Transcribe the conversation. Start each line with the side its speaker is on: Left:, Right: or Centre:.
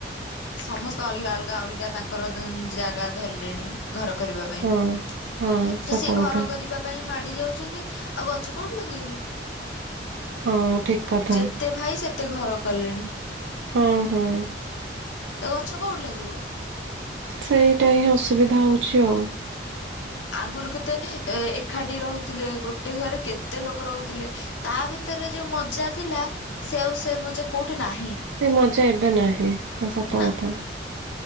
Left: ସମସ୍ତେ ଅଲଗା ଅଲଗା ଅଲଗା ତାଙ୍କର ଜାଗା ଧରିଲେଣି। ଘର କରିବା ପାଇଁ।
Right: ହଁ।
Left: ତ
Right: ହଁ ସତ
Left: ସେ
Right: କଥା
Left: ଘର କରିବା ପାଇଁ ମାଡି ଯାଉଛନ୍ତି ଆଉ ଗଛ କୋଉଠି ଲଗେଇବେ।
Right: ହଁ ଠିକ କଥା।
Left: ଯେତେ ଭାଇ ସେତେ ଘର କଲେଣି।
Right: ହଁ ହଁ।
Left: ତ ଗଛ କେଉଁଠି ଲାଗିବ।
Right: ସେଇଟା ହିଁ ଅସୁବିଧା ହଉଛି ଆଉ।
Left: ଆଗରୁ କେତେ ଏକାଠି ରହୁଥିଲେ, ଗୋଟେ ଘରେ କେତେ ଲୋକ ରହୁଥିଲେ। ତା ଭିତରେ ଯୋଉଁ ମଜା ଥିଲା ସେ ଆଉ ସେ ମଜା କୋଉଠି ନାହିଁ।
Right: ସେ ମଜା ଏବେ ନାହିଁ ଆଉ ସତ
Left: ନା।
Right: କଥା।